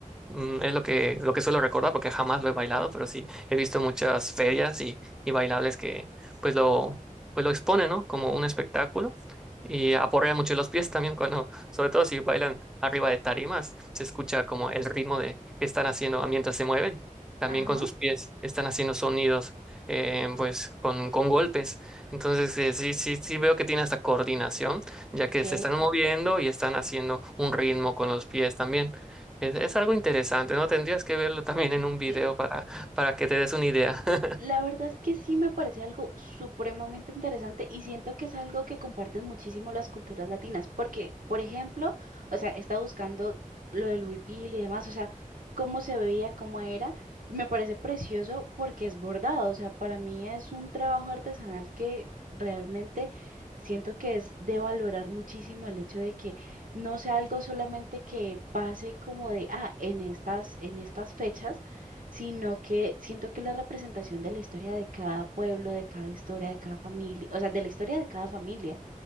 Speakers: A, in the centre; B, on the right.
A: Mm, Es lo que, lo que suelo recordar porque jamás lo he bailado, pero sí he visto muchas ferias y, y bailables que pues lo, pues lo exponen, ¿no? Como un espectáculo y aporrean mucho los pies también cuando, sobre todo si bailan arriba de tarimas, se escucha como el ritmo de que están haciendo ah, mientras se mueven. También
B: Ajá,
A: con sus pies están haciendo sonidos, eh, pues con, con golpes. Entonces eh, sí, sí, sí veo que tiene hasta coordinación, ya
B: ok.
A: que se están moviendo y están haciendo un ritmo con los pies también. Es, es algo interesante, ¿no? Tendrías que verlo también en un video
B: L-
A: para, para que te des una idea. <laughs>
B: La verdad es que sí me parece algo supremamente interesante y siento que es algo que comparten muchísimo las culturas latinas, porque, por ejemplo, o sea, está buscando lo del huipil y demás, o sea, cómo se veía, cómo era, y me parece precioso porque es bordado, o sea, para mí es un trabajo artesanal que realmente siento que es de valorar muchísimo el hecho de que no sea algo solamente que pase como de, ah, en estas, en estas fechas sino que siento que la representación de la historia de cada pueblo, de cada historia, de cada familia, o sea, de la historia de cada familia,